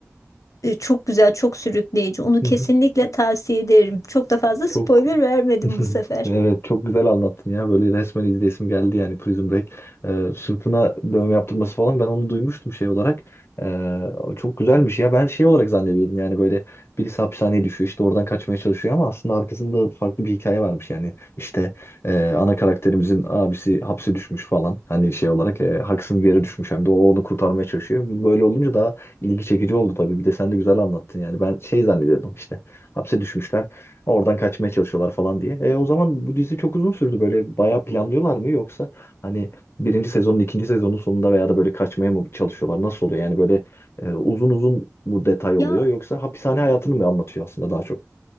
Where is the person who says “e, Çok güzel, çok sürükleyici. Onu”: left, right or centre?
Left